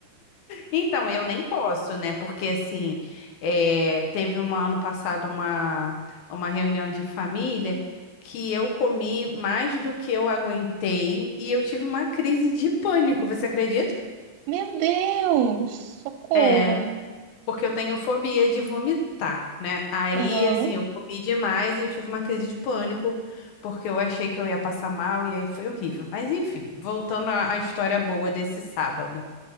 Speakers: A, on the left (about 80°); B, on the right (about 80°).
A: Então, eu nem posso, né? Porque assim, é, teve um ano passado uma, uma reunião de família que eu comi mais do que eu aguentei e eu tive uma crise de pânico, você acredita?
B: meu Deus, socorro.
A: É. Porque eu tenho fobia de vomitar, né? Aí,
B: Aham.
A: assim, eu comi demais e eu tive uma crise de pânico, porque eu achei que eu ia passar mal e aí foi horrível. Mas, enfim, voltando à, à história boa desse sábado,